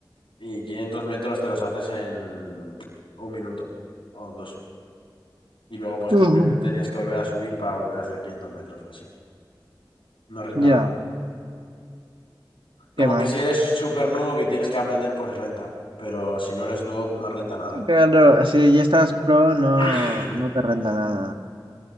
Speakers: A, on the left; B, on the right.
A: Y 500 metros te los haces en un minuto o dos. Y luego, pues,
B: Ujú.
A: como que te tenías que volver a subir para volver a hacer 500 metros o así. No renta
B: Ya,
A: nada.
B: qué
A: Como
B: mal.
A: que si eres super noob y tienes que aprender, pues renta. Pero si no eres noob, no renta nada.
B: Claro, si ya estás pro, no,
A: <clears throat>
B: no te renta nada.